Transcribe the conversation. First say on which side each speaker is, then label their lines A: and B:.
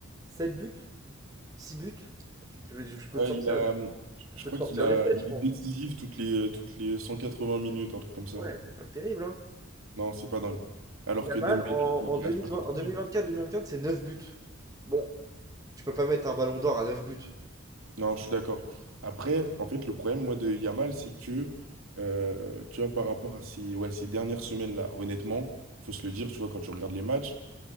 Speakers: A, on the right; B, on the right.
A: 7 buts, 6 buts. Je, vais- je- peux
B: Ouais,
A: te sortir,
B: il a,
A: je
B: je
A: peux
B: crois
A: te sortir
B: qu'il a,
A: les 7,
B: il
A: je pense.
B: est décisif toutes les, toutes les 180 minutes, un truc comme ça.
A: Ouais, c'est pas terrible, hein.
B: Non, c'est pas dingue. Alors
A: Yamal,
B: que Dembélé,
A: en,
B: il
A: en 2020,
B: est à 50
A: en
B: minutes.
A: vingt 2025, c'est 9 buts. Bon, tu peux pas mettre un ballon d'or à 9 buts.
B: Non, je suis d'accord. Après, en fait, le problème, moi, de Yamal, c'est que, euh, tu vois, par rapport à ces, ouais, ces dernières semaines-là, honnêtement, faut se le dire, tu vois, quand tu regardes les matchs,